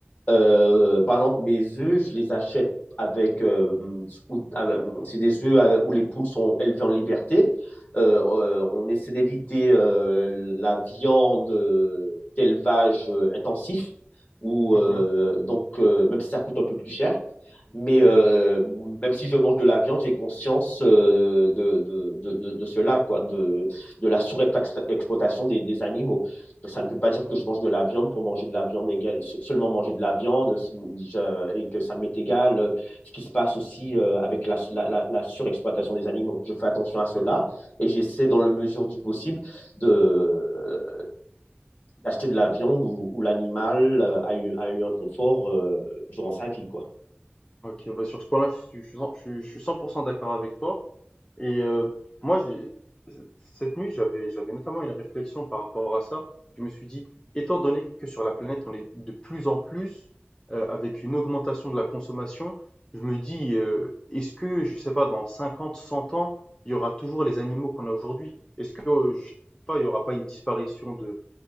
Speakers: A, on the left (about 35°); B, on the left (about 15°).
A: Euh, par exemple, mes œufs, je les achète avec, euh, ou- ah, ben, c'est des œufs euh, où les poules sont élevées en liberté. Euh, euh, on essaie d'éviter euh, la viande euh, d'élevage euh, intensif, ou
B: Mhm.
A: euh, donc euh, même si ça coûte un peu plus cher. Mais euh, même si je mange de la viande, j'ai conscience euh, de, de, de, de, de cela, quoi, de, de la surexploitation des, des animaux ça ne veut pas dire que je mange de la viande pour manger de la viande égale, seulement manger de la viande je- et que ça m'est égal euh, ce qui se passe aussi euh, avec la, la- la- surexploitation des animaux. Je fais attention à cela
B: Ok,
A: et j'essaie dans la mesure du possible de euh, d'acheter de la viande où, où l'animal euh, a eu, a eu un confort euh, durant sa vie, quoi.
B: Ok, bah sur ce point-là, je suis, je suis cent- je suis- je suis 100% d'accord avec toi. Et euh, moi, j'ai- cette nuit, j'avais, j'avais notamment une réflexion par rapport à ça. Je me suis dit, étant donné que sur la planète, on est de plus en plus euh, avec une augmentation de la consommation, je me dis, euh, est-ce que, je sais pas, dans 50, 100 ans, il y aura toujours les animaux qu'on a aujourd'hui? Est-ce que, euh, je sais pas, il y aura pas une disparition de,